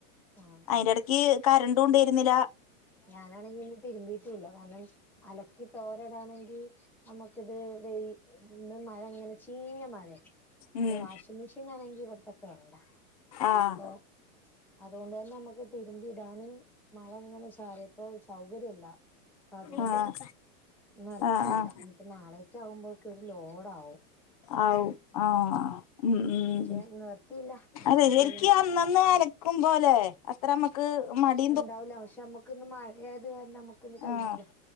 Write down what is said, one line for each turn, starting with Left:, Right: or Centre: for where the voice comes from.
Centre: ആ
Left: അയിന്റെ
Centre: ആ
Left: എടക്ക് കരണ്ട് കൊണ്ട് വരുന്നില്ല
Centre: ഞാനാണെങ്കി ഇന്ന് തിരുമ്പീട്ടു ഇല്ല കാരണം അലക്കി തോരടാണെങ്കി നമുക്കിത് വെയി ഇന്ന് മഴ ഇങ്ങനെ ചീഞ്ഞ മഴ
Left: ഉം
Centre: അപ്പ വാഷിംഗ് മിഷീനാണെങ്കി ഇവിടത്തെ കേടാ
Left: ആഹ്
Centre: അപ്പൊ അതുകൊണ്ട് തന്നെ നമുക്ക് തിരുമ്പി ഇടാനും മഴ ഇങ്ങനെ ച് ചാറിയപ്പോ സൗകര്യ ഇല്ല അപ്പ അതുകൊണ്ട്
Left: ആഹ്
Centre: ഇന്ന് അലക്കിയില്ല
Left: ആഹ്
Centre: ഇനിയിപ്പോ നാളേക്ക് ആകുമ്പോഴേക്ക് ഒരു ലോഡാവും
Left: ആഹ് <inaudible> ആവും ആഹ്
Centre: ഉം
Left: ഉം ഉം
Centre: പക്ഷെ നിവർത്തിയില്ല എന്താപ്പ
Left: അതെ
Centre: ചെയ്യണേ
Left: എനിക്ക് അന്നന്ന് അലക്കുംമ്പോലെ അത്ര അമുക്ക് മടി
Centre: ണ്ടാവുല്ല പക്ഷെ നമ്മുക്കിന്ന് മഴയായത് കാരണം നമ്മുക്കിന്ന് കഴിഞ്ഞില്ല
Left: ആഹ്